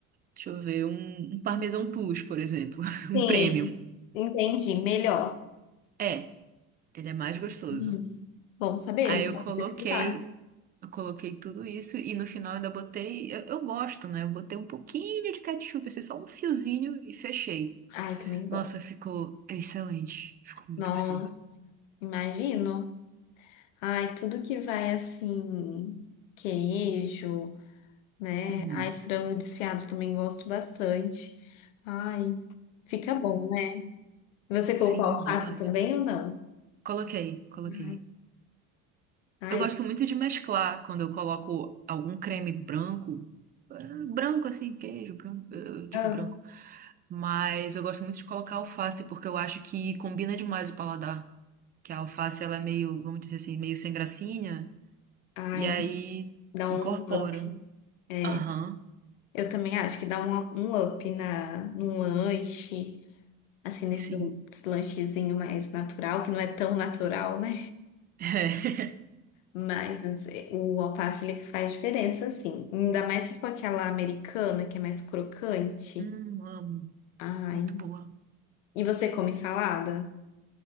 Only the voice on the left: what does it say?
Sim,
entendi. Melhor.
Hum, Bom saber.
Vou
pesquisar.
Ai, também
gosto.
Nossa,
imagino. Ai, tudo que vai assim, queijo, né?
Ai, frango desfiado também gosto bastante. Ai, fica bom, né? Você
colocou alface
também ou não?
Ai, ai,
ah,
ai,
dá
um up. É.
Eu também acho que dá uma- um up na, num lanche, assim, nesse
lanchezinho mais natural, que não é tão natural, né?
Mas eh, o alface, ele faz diferença, assim. Ainda mais se for aquela americana, que é mais crocante.
Ai.
E você come salada?